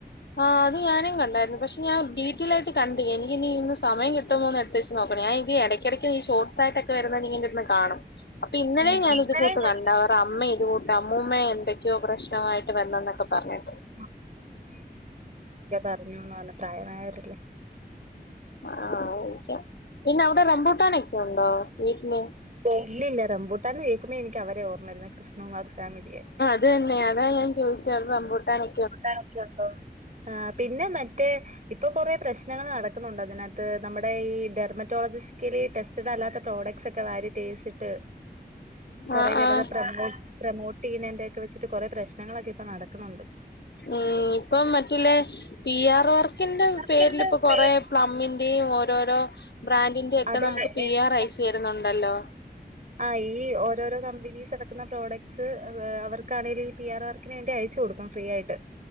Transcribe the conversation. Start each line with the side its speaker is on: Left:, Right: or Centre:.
Left: ആഹ് അത് ഞാനും കണ്ടായിരുന്ന്. പക്ഷേ ഞാൻ ഡീറ്റെയിൽ ആയിട്ട് കണ്ട്. എനിക്കിനി ഇന്ന് സമയം കിട്ടുമോ എന്ന് ജസ്റ്റ്‌ ഓപ്പൺ ആയെങ്കി എടക്കിടയ്ക്ക് ഈ ഷോർട്ടസൊക്കെട്ട് വരുന്നുണ്ടെങ്കി ന്റെ അടുത്ത്ന്ന് കാണും. അപ്പൊ ഇന്നലെ
Right: ഉം
Left: ഞൻ
Right: ഇന്നലെയും
Left: ഇത് കൂട്ട് പ്പ പ്പ ഇന്നലിം ഞാൻ ഇത് കൂട്ട്
Right: കണ്ടിരുന്നു
Left: കണ്ട്. അവർടെ അമ്മ ഇത് കൂട്ട് അമ്മൂമ്മ എന്തൊക്കെയോ പ്രശ്നമായിട്ട് വന്നെന്നൊക്കെ പറഞ്ഞട്ട്
Right: ഉം പ്രശ്നായി ക്ക്യോ പറഞ്ഞുന്ന് പറഞ്ഞ് പ്രായമായവരല്ലേ?
Left: ആഹ് ഓക്കെ പിന്നെ അവടെ റംബൂട്ടാനൊക്കെണ്ടോ വീട്ടില്?
Right: ഇല്ലില്ല. റംബുട്ടാൻ ന്ന് കേക്കുമേ എനിക്ക് അവരെ ഓർമ്മരുന്നേ. കൃഷ്ണകുമാർ ഫാമിലിയെ
Left: അതന്നെ അതാ ഞാൻ ചോദിച്ചവിടെ റംബൂട്ടാനോ
Right: നകത്ത് ഒണ്ടോന്ന്. ആഹ് പിന്നെ മറ്റേ ഇപ്പ കൊറേ പ്രശ്നങ്ങള് നടക്കുന്നുണ്ട് അതിനക ത്ത് നമ്മടെ ഈ ഡെർമറ്റോളജിക്കലി ടെസ്റ്റഡ് അല്ലാത്ത പ്രോഡക്ട്സ് ഒക്കെ വാരി തേച്ചിട്ട് കൊറേ
Left: ആഹ്
Right: പേരത്
Left: ആഹ്
Right: പ്രമോ പ്രമോട്ട് ചെയ്യുന്നേന്റോക്കെ വെച്ചിട്ട് കൊറെ പ്രശ്നങ്ങളൊക്കെ ഇപ്പ നടക്കുന്നുണ്ട്.
Left: ഉം ഇപ്പം മറ്റിള്ളേ പി ആർ വർക്കിന്റെ
Right: വർക്കിന്റെ
Left: പേരിലിപ്പ കൊറേ
Right: പേര്
Left: പ്ലമ്മിന്റെയും ഓരോരോ ബ്രാൻഡിന്റെ ഒക്കെ
Right: അതെ
Left: നമുക്ക് പി
Right: ഏഹ്
Left: ആർ അയച്ചു തരുന്നുണ്ടല്ലോ.
Right: ആഹ് ഈ ഓരോരോ കമ്പനീസ് എറക്കുന്ന പ്രോഡക്ട്സ് ഏഹ് അവർക്കാണെങ്കലും ഈ പി ആർ വർ ന്ന്ട്ട് അയച്ചു കൊടുക്കും ഫ്രീ ആയ്ട്ട്